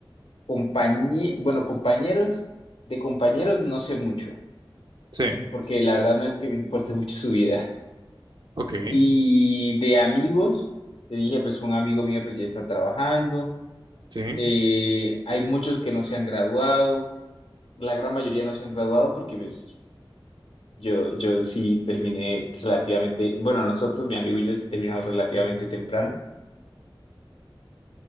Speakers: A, on the left; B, on the right.
A: compañe- bueno, compañeros, de compañeros no sé mucho,
B: Sí,
A: porque la verdad no es que me importe <laughs> mucho su vida.
B: ok,
A: Y de amigos, te dije, pues un amigo mío pues ya está trabajando,
B: sí,
A: eh, hay muchos que no se han graduado, la gran mayoría no se han graduado porque pues yo, yo sí terminé relativamente, bueno, nosotros, mi amigo y yo sí terminamos relativamente temprano.